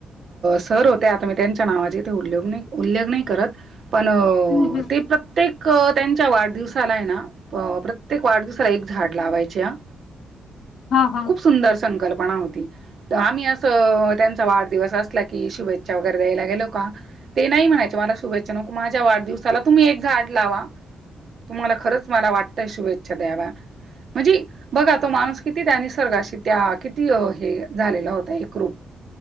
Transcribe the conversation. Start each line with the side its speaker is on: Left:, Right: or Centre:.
Right: सर होत्या आता मी त्यांच्या नावाची इथे उल्लेख नाही उल्लेख नाही करत पण
Left: हम्म, हम्म.
Right: ते प्रत्य प्त्येक त्यांच्या वाढदिवसाला आहे ना प्र प्रत्येक वाढदिवसाला एक झाड लावायचे आ.
Left: हा हा!
Right: खूप सुंदर संकल्पना होती आम्ही अस त्यांचा वाढदिवस असला की शुभेच्छा वगैरे द्यायला गेलो का ते नाही म्हय मला शुभेच्छा माझ्या वाढदिवसाला तुम्ही झाड लावा तुम्हाला खरंच मला वाटतंय शुभेच्छा द्याव म्हणजे बघा तो माणूस किती त्या निसर्गाशी त्या किती हे झालेला होता एक रूप.